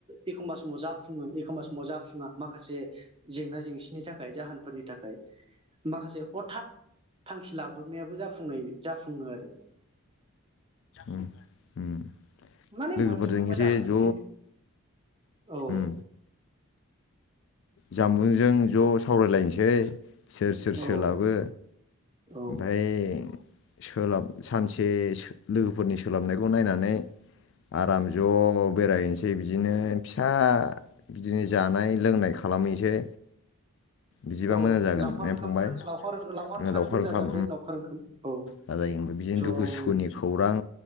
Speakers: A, on the right; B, on the left.
A: एखमबा समाव जाफुङो एखमबा समाव जाफुङा माखासे जेंना जेंसिनि थाखाय जाहोनफोरनि थाखाय माखासे हथात थांखि लाबो लाब्रबनायाबो जाफुंनाय जाफुङो आरो। <inaudible>
B: उम उम।
A: माने
B: लोगोफोरजों
A: मोननैबो मोजां
B: खेबसे ज'
A: खिन्थु औ
B: उम जामबुंजों ज सावरायलायनोसै जे सोर सोर
A: औ
B: सोलाबो
A: औ
B: ओमफाय सोलाब सानसे लोगोफोरनि सोलाबनायखौ नायनानै आराम ज बेरायहैनोसै बिदिनो फिसा बिदिनो जानाय लोंनाय खालामहैनोसै बिदिबा
A: औ
B: मोजां जागोन
A: लावखार
B: ने
A: ओंखामफोर
B: फंबाय
A: लावखार ओंखामफोर
B: लावखार ओंखाम
A: जाजाबाय लावखार ओंखाम औ
B: जाजायो बिदिनो
A: ज'नो
B: दुखु सुखुनि खौरां